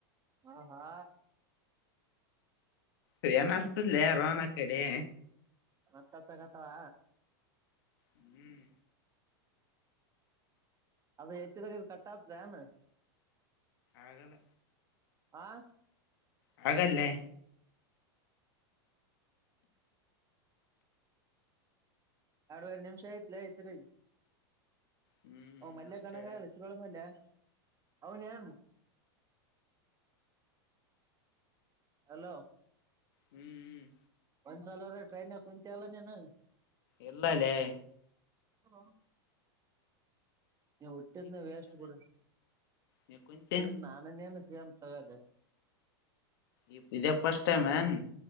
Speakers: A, on the right (about 25°); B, on the left (about 65°).
A: ಹ ಹಾ
B: ಹಏನ್ಸ್ತಲ್ಲ ರೋನಾ ಕಡೆ
A: ಮತ್ತಾ ತಗತಾಳ <inaudible>
B: ಹ್ಮ್
A: ಅ ಹೆಚ್ಚು ತರ ಕಟ್ಟಾತ್ದಾನ
B: ಆಗಲ್ಲ
A: ಆಾ
B: ಹಾಗಗಲ್ಲೇ.
A: ಎರಡುವರೆ ನಿಮಿಷ ಐತ್ ಲೆ ತಿರಿಗಿ.
B: ಹ್ಮ್
A: ಓ ಮಲ್ಲ
B: ಅಷ್ಟೇ
A: ಕಣ ನಿಸರಳನ್ನ ಅಲ್ಲ ಅವೌನ್ಯನ್ನು ಹಲೋ
B: ಹ್ಮ್ ಹ್ಮ್
A: ಒಂದ್ಸಲಾನೂ ಟ್ರೈನ್ಲಿ ಕುಂತ ಅಲ್ಲ ನೀನ
B: ಇಲ್ಲಲ್ಲೇ
A: ಹಲೋ ನೀ ಹುಟ್ಟಿದನ ವೇಸ್ಟ್ ಬಿಡು
B: ನೀ ಕುಂತಿ
A: ನೀನ್ ನಾನನೆನ್ ತಗದೆ
B: ಇ ಇದ ಫಸ್ಟ್ ಟೈಮ್ ಎನ್.